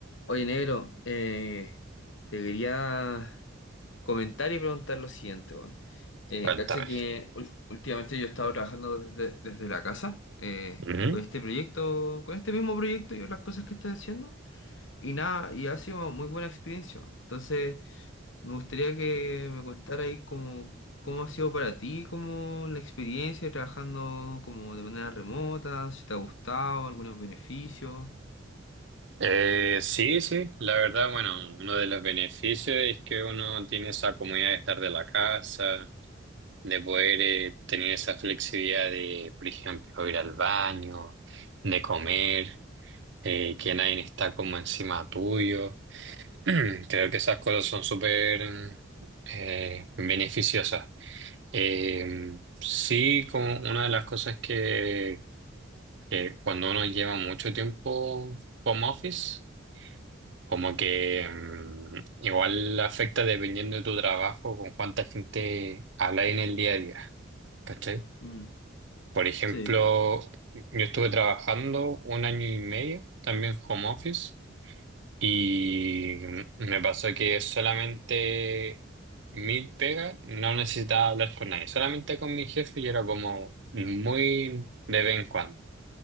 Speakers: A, on the left; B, on the right.
A: Oye, negro, eh, te quería comentar y preguntar lo siguiente, weón. Eh,
B: Cuéntame.
A: cacha que ul- últimamente yo he estado trabajando desde, desde la casa eh,
B: Ujú.
A: con este proyecto, con este mismo proyecto y las cosas que estoy haciendo y nada, y ha sido muy buena experiencia. weón. Entonces, me gustaría que me contara ahí cómo, cómo ha sido para ti, cómo la experiencia trabajando como de manera remota, si te ha gustado, algunos beneficios.
B: Eh, sí, sí, la verdad, bueno, uno de los beneficios es que uno tiene esa comodidad de estar de la casa, de poder eh, tener esa flexibilidad de, por ejemplo, ir al baño, de comer, eh, que nadie está como encima tuyo. <clears throat> Creo que esas cosas son súper eh, beneficiosas. Eh, sí, como una de las cosas que que cuando uno lleva mucho tiempo home office, como que mm, igual afecta dependiendo de tu trabajo, con cuánta gente hablas en el día a día, ¿cachai?
A: Mm,
B: Por ejemplo,
A: sí.
B: yo estuve trabajando un año y medio también home office y me pasó que solamente mi pega no necesitaba hablar con nadie, solamente con mi jefe y era como muy de vez en cuando.